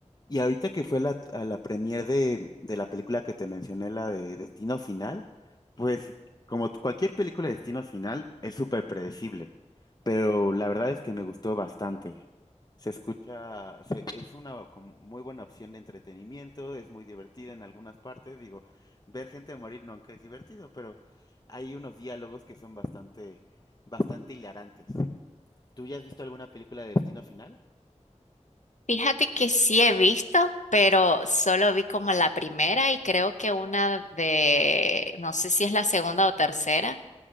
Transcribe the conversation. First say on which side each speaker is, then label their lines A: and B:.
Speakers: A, on the left; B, on the left.
A: Y ahorita que fue la, a la premier de, de la película que te mencioné, la de Destino Final, pues como t- cualquier película de Destino Final es súper predecible, pero la verdad es que me gustó bastante. Se escucha, se- es una como muy buena opción de entretenimiento, es muy divertida en algunas partes. Digo, ver gente morir nunca es divertido, pero hay unos diálogos que son bastante, bastante hilarantes. ¿Tú ya has visto alguna película de Destino Final?
B: Fíjate que sí he visto, pero solo vi como la primera y creo que una de, no sé si es la segunda o tercera,